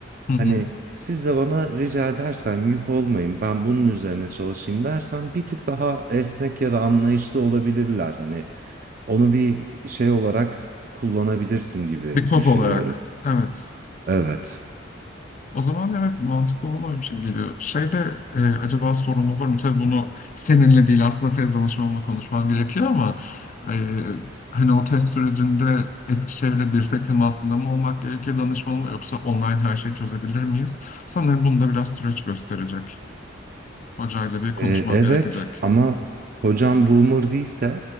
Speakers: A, on the left; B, on the right.
A: hı hı.
B: Hani siz de bana rica edersen yük olmayın ben bunun üzerine çalışayım dersen bir tık daha esnek ya da anlayışlı olabilirler. Hani onu bir şey olarak kullanabilirsin gibi
A: Bir koz
B: düşünüyorum.
A: olarak. Evet.
B: Evet.
A: O zaman evet mantıklı olmamış gibi geliyor. Şeyde e, acaba sorun olur mu? Tabii bunu seninle değil aslında tez danışmamla konuşmam gerekiyor ama e, hani o test sürecinde Eskişehir'le dirsek temasında mı olmak gerekir danışmanla yoksa online her şeyi çözebilir miyiz? Sanırım bunu da biraz süreç gösterecek. Hocayla bir konuşmam
B: Ee, evet
A: gerekecek.
B: ama hocam boomer değilse